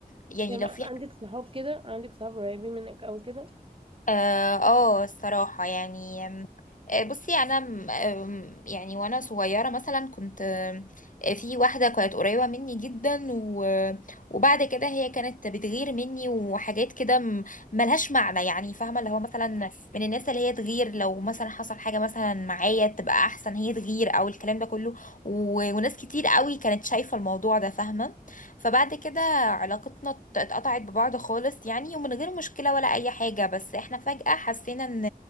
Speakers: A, on the left; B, on the right.
A: يعني
B: يعني
A: لو
B: عندك
A: في
B: صحاب كده عندك صحاب قريبين منك او كده
A: اه آه، الصراحة يعني آم، آه، بصي انا م- آم، يعني وانا صغيرة مثلا كنت آم، آه، في واحدة كانت قريبة مني جدا و- وبعد كده هي كانت بتغير مني وحاجات كده م- ملهاش معنى يعني فاهمة اللي هو مثلا من الناس اللي هي تغير لو مثلا حصل حاجة مثلا معايا تبقى احسن هي تغير او الكلام ده كله و- وناس كتير قوي كانت شايفة الموضوع ده فاهمة فبعد كده علاقتنا ات- اتقطعت ببعض خالص يعني ومن غير مشكلة ولا أي حاجة بس احنا فجأة حسينا ان